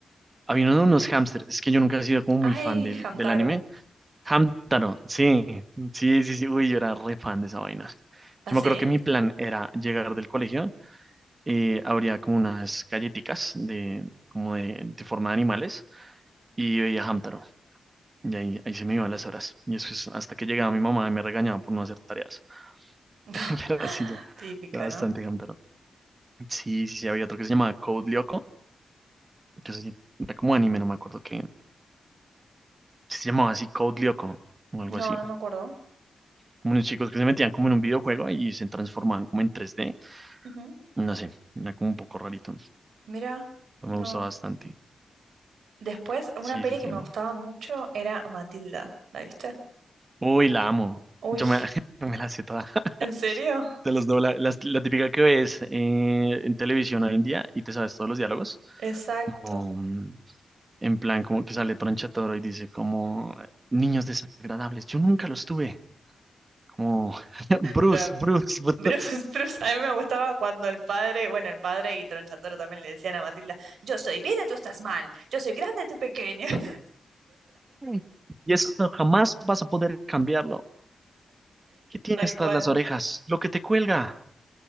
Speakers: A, on the right; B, on the right.
A: Había uno de unos hámsters. Es que yo nunca he sido como muy
B: Ay,
A: fan del,
B: Hamtaro.
A: del anime. Hamtaro, sí. Sí, sí, sí. Uy, yo era re fan de esa vaina.
B: ¿Ah,
A: Yo
B: sí?
A: me acuerdo que mi plan era llegar del colegio. Eh, habría como unas galletitas de, como de, de forma de animales. Y veía Hamtaro. Y ahí, ahí se me iban las horas. Y eso es hasta que llegaba mi mamá y me regañaba por no hacer tareas.
B: <laughs>
A: <laughs> Pero sí, yo.
B: Típica,
A: yo Bastante
B: ¿no?
A: Hamtaro. Sí, sí, sí. Había otro que se llamaba Code Lyoko que se- era como anime, no me acuerdo que se llamaba así Code Lyoko o algo
B: No,
A: así.
B: no me acuerdo.
A: Como unos chicos que se metían como en un videojuego y se transformaban como en 3D.
B: Ujú.
A: No sé, era como un poco rarito.
B: Mira,
A: Pero
B: no.
A: me gustó bastante.
B: Después, una
A: Sí,
B: peli
A: sí,
B: que
A: sí.
B: me gustaba mucho era Matilda. ¿La viste?
A: Uy, la amo.
B: Uy,
A: Yo me, <laughs> me la sé toda. <laughs>
B: ¿en serio?
A: Te los dobla. La, la típica que ves eh, en televisión hoy en día y te sabes todos los diálogos.
B: Exacto.
A: Como mm, en plan, como que sale Tronchatoro y dice como niños desagradables. Yo nunca los tuve. Como <laughs> Bruce,
B: no
A: Bruce, Bruce.
B: Bruce, <laughs> Bruce, a mí me gustaba cuando el padre, bueno, el padre y Tronchatoro también le decían a Matilda, yo estoy bien y tú estás mal, yo soy grande, tú pequeña, <laughs>
A: Mm. Y eso jamás vas a poder cambiarlo. ¿Qué tienes
B: tal cual,
A: tras las orejas? Lo que te cuelga.